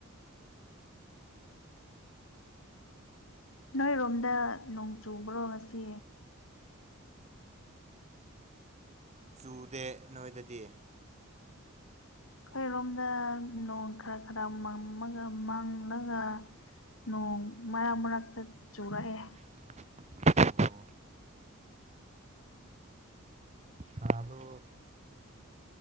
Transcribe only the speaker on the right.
ꯆꯨꯗꯦ ꯅꯣꯏꯗꯗꯤ
ꯑꯣ ꯁꯥꯗꯣ